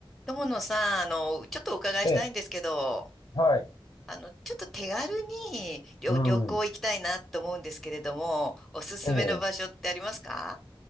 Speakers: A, in the centre; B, on the left.
A: 友野さん、あの、ちょっとお伺いしたいんですけど、
B: ええ、はい。
A: あの、ちょっと手軽に旅、
B: うん。
A: 旅行行きたいなと思うんですけれども、おすすめの場所ってありますか
B: ええ。